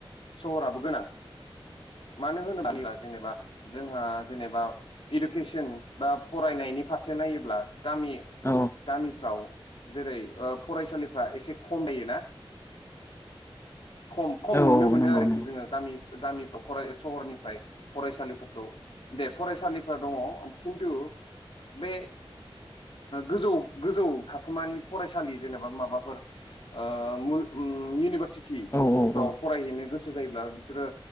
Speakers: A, on the left; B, on the left.
A: सहराबो गोनां। मानो होनोबा। जेनेबा जोंहा जेनेबा इडुकेसन बा फरायनायनि फारसे नायोब्ला। गामि
B: औ ओ औ
A: गामिफ्राव। जेरै फरायसालिफ्रा एसे खम <unintelligible> खम खम
B: औ
A: नुनो मोनो
B: नंगौ
A: आरोखि
B: नंगौ
A: जोङो गामि। गामिफ्राव <unintelligible> सहरनिफ्राय फरायसालिफोरखौ दे फरायसालिफ दङ खिन्थु बे गोजौ गोजौ थाखोमानि फरायसालि जेनेबा माबाफोर ओ मु। इउनिभारसिटि।
B: औ
A: फाव
B: औ
A: फरायहैनो गोसो जायोब्ला। बिसोरो